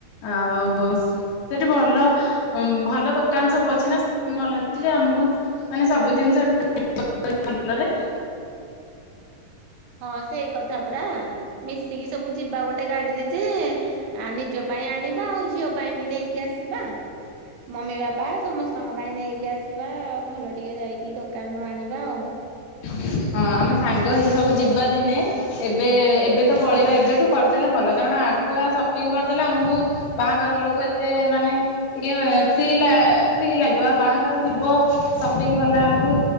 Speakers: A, on the left; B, on the right.
A: ଆଉ ସି ସେଠି ଭଲ ଭଲ ଦୋକାନ ସବୁ ଅଛି ନା ସପିଙ୍ଗ ମଲ୍ ଅଛି ସେ ଆମକୁ ମାନେ ସବୁ ଜିନିଷ <unintelligible> ଭଲରେ।
B: ହଁ ସେଇ କଥା ପରା ମିଶିକି ସବୁ ଯିବା ଗୋଟେ ଗାଡିରେ ଯେ ଆ ନିଜ ପାଇଁ ଆଣିବା ଆଉ ଝିଅ ପାଇଁ ବି ନେଇକି ଆସିବା। ମମି ବାବା ସମସ୍ତଙ୍କ ପାଇଁ ନେଇକି ଆସିବା ଭଲ ଟିକେ ଯାଇକି ଦୋକାନ ରୁ ଆଣି ବା ଆଉ।
A: ହଁ ଆମେ ସାଙ୍ଗ ହେଇକି ସବୁ ଯିବା ଦିନେ ଏବେ ଏବେ ତ ପଳେଇବା
B: ହଁ
A: ଏବେଠୁ କରିଦେଲେ ଭଲ କାରଣ ଆଗୁଆ ସପିଙ୍ଗ କରିଦେଲେ ଆମକୁ ବାହାଘର ବେଳକୁ ଏତେ ମାନେ ଟିକେ ଫ୍ରି ଲା ଫ୍ରିଲାଗିବ ଆଉ ବାହାଘର ଥିବ ସପିଙ୍ଗ କଲା ବେଳକୁ